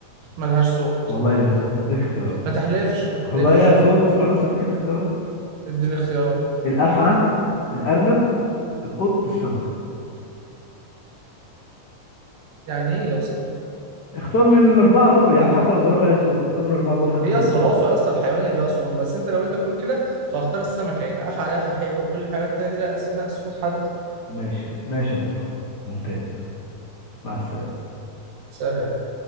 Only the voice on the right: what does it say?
ملهاش صوت
ما تحلفش ما تحلفش
اديني اختيارات
يعني ايه يا اسطى
هي
الزرافه
يا اسطى الحيوان اللي له صوابع بس انت لو انت بتقول كده فاختار السمكه يعني عفى عليها فحيح وكل الحيوانات التانيه دي لها اسماء صوت حتى
سابع